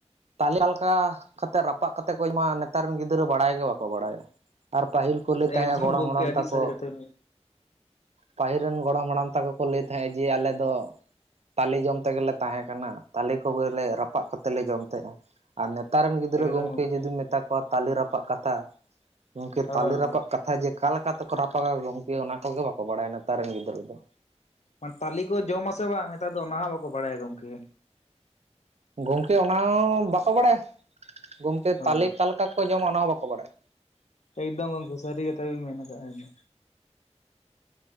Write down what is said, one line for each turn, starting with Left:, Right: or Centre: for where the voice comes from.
Right: ᱛᱟᱞᱮ ᱟᱠᱟᱞᱮᱠᱟ ᱠᱟᱛᱮ ᱨᱟᱯᱟᱜ ᱠᱟᱛᱮᱫ ᱠᱚ ᱡᱚᱢᱟ ᱱᱮᱛᱟᱨ ᱨᱮᱱ ᱜᱤᱫᱽᱨᱟᱹ ᱵᱟᱲᱟᱭ ᱜᱮ ᱵᱟᱠᱚ ᱵᱟᱲᱟᱭᱟ ᱟᱨ ᱯᱟᱹᱦᱤᱞ ᱠᱚ
Left: ᱦᱳᱭ
Right: ᱞᱮᱫ ᱛᱟᱦᱮᱸᱱ
Left: ᱮᱠᱫᱚᱢ
Right: ᱜᱚᱲᱚᱢ
Left: ᱜᱚᱝᱠᱮ
Right: ᱦᱟᱲᱟᱢ
Left: ᱟᱹᱰᱤ
Right: ᱛᱮᱠᱚ
Left: ᱥᱟᱹᱨᱤ ᱠᱟᱛᱷᱟ ᱵᱤᱱ
Right: ᱯᱟᱹᱦᱤᱞ ᱨᱤᱱ ᱜᱚᱲᱚᱢ ᱦᱟᱲᱟᱢ ᱛᱟᱠᱚ ᱠᱚ ᱞᱟᱹᱭᱮᱫ ᱛᱟᱦᱮᱸ ᱡᱮ ᱟᱞᱮ ᱫᱚ ᱛᱟᱞᱮ ᱡᱚᱢ ᱛᱮᱜᱮᱞᱮ ᱛᱟᱦᱮᱸ ᱠᱟᱱᱟ ᱛᱟᱞᱮ ᱠᱚᱜᱮ ᱨᱟᱯ ᱨᱟᱯᱟᱜ ᱠᱟᱛᱮ ᱞᱮ ᱡᱚᱢ ᱛᱟᱦᱮᱸᱱ ᱟᱨ ᱱᱮᱛᱟᱨ ᱨᱤᱱ ᱜᱤᱫᱽᱨᱟᱹ
Left: ᱞᱟᱹᱭ ᱮᱠᱫᱚᱢ
Right: ᱜᱚᱢᱠᱮ
Left: ᱜᱚᱝᱠᱮ
Right: ᱡᱩᱫᱤᱢ
Left: ᱦᱳᱭ
Right: ᱢᱮᱛᱟ ᱠᱚᱣᱟ ᱛᱟᱞᱮ ᱨᱟᱯᱟᱜ ᱠᱟᱛᱷᱟ ᱜᱚᱢᱠᱮ
Left: ᱦᱳᱭ
Right: ᱛᱟᱞᱮ ᱨᱟᱯᱟᱜ ᱠᱟᱛᱷᱟ ᱡᱮ ᱚᱠᱟ ᱞᱮᱠᱟ ᱛᱮᱠᱚ ᱨᱟᱯᱟᱜᱟ ᱜᱚᱢᱠᱮ ᱚᱱᱟ ᱠᱚ ᱜᱚᱢᱠᱮ ᱵᱟᱠᱚ ᱵᱟᱲᱟᱭᱟ ᱱᱮᱛᱟᱨ ᱨᱤᱱ ᱜᱤᱫᱽᱨᱟᱹ ᱫᱚ
Left: ᱢᱟᱱᱮ ᱛᱟᱞᱤ ᱠᱚ ᱡᱚᱢᱟᱥᱮ ᱵᱟᱝ ᱱᱮᱛᱟᱨ ᱫᱚ ᱚᱱᱟ ᱦᱚᱸ ᱵᱟᱠᱚ ᱵᱟᱲᱟᱭᱟ ᱜᱚᱝᱠᱮ
Right: ᱜᱚᱢᱠᱮ ᱚᱱᱟ ᱦᱚᱸ ᱵᱟᱠᱚ ᱵᱟᱲᱟᱭᱟ ᱜᱚᱢᱠᱮ
Left: ᱚ
Right: ᱛᱟᱞᱮ ᱚᱠᱟ ᱞᱮᱠᱟ ᱠᱚ ᱡᱚᱢᱟ ᱚᱱᱟ ᱦᱚᱸ ᱵᱟᱠᱚ ᱵᱟᱲᱟᱭᱟ
Left: ᱮᱠᱫᱚᱢ ᱜᱚᱢᱠᱮ ᱥᱟᱹᱨᱤ ᱠᱟᱛᱷᱟ ᱵᱤᱱ ᱢᱮᱱ ᱟᱠᱟᱫᱼᱟ